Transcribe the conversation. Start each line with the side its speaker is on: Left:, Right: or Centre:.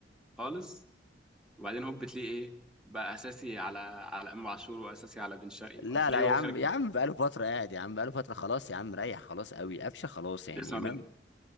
Centre: خالص وبعدين هوب بتلاقيه ايه بقى اساسي على على امام عاشور واساسي على بن شرقي
Left: لا
Centre: وهتلاقيه
Left: لا
Centre: هو
Left: يا عم
Centre: خارج
Left: يا عم بقاله فتره قاعد يا عم بقاله فتره خلاص يا عم ريح خلاص قوي قفشه خلاص يعني
Centre: اسمع
Left: امام
Centre: مني